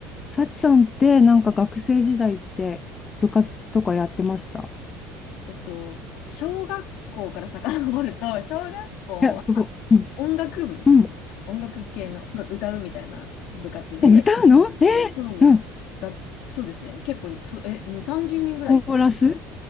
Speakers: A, on the left (about 30°); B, on the left (about 70°).
A: サチさんってなんか学生時代って部活とかやってました
B: えっと、小学校から遡ると、<laughs> 小学校は音楽部みたいな、
A: え、すごい。うん。うん。
B: 音楽系の歌うみたいな部活で、
A: え、歌うのえーうん。
B: そうがそうですね、結構そ、え、2、30人ぐらいいた。
A: コーラス
B: うん